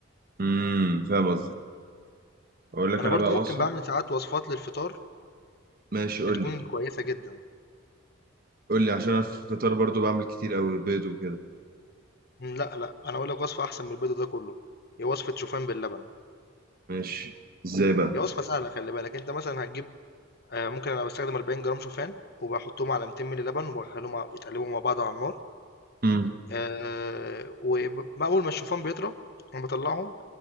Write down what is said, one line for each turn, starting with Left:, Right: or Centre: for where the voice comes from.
Right: أمم، فاهم قصدي اقول لك
Left: انا
Right: انا
Left: برضو
Right: بقى
Left: ممكن
Right: وصفه
Left: بعمل ساعات وصفات للفطار
Right: ماشي قول
Left: بتكون
Right: لي
Left: كويسة جدا
Right: قول لي عشان انا في الفطار برضو بعمل كتير قوي بيض وكده
Left: مم، لا لا انا اقول لك وصفة احسن من البيض ده كله هي وصفة شوفان باللبن
Right: ماشي ازاي بقى
Left: هي وصفة سهلة خلي بالك انت مثلا هتجيب آه، ممكن انا بستخدم 40 جرام شوفان وبحطهم على 200 مللي لبن وبخليهم يتقلبوا مع بعض على النار
Right: امم
Left: آه، وأول ما الشوفان بيطرى أنا بطلعهم